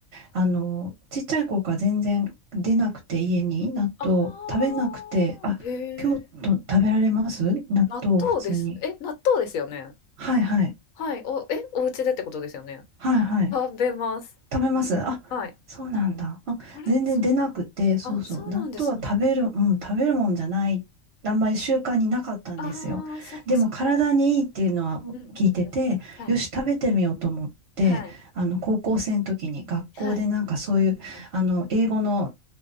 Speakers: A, on the right (about 55°); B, on the left (about 75°).
A: あの、ちっちゃい頃から全然出なくて、家に納豆食べなくて、
B: ああ、
A: あ、
B: へえ。
A: 京都食べられます納豆普通に。
B: 納豆です。え、納豆ですよね。
A: はいはい。
B: はい。お、え、お家でってことですよね。
A: はいはい。
B: 食べます。
A: 食べます。あ、
B: はい。
A: そうなんだ。あ、
B: あれそっか。
A: 全然出なくて、そうそう。
B: あ、そうなんですね。
A: 納豆は食べる、うん、食べるもんじゃない。あんまり習慣になかったんですよ。
B: ああ、そっかそっか。
A: でも体にいいっていうのは聞いてて、
B: うんうんうん。はい。
A: よし、食べてみようと思って、
B: はい。
A: あの、高校生の時に学校でなんかそういう、
B: はい。うんうん。
A: あの、英語の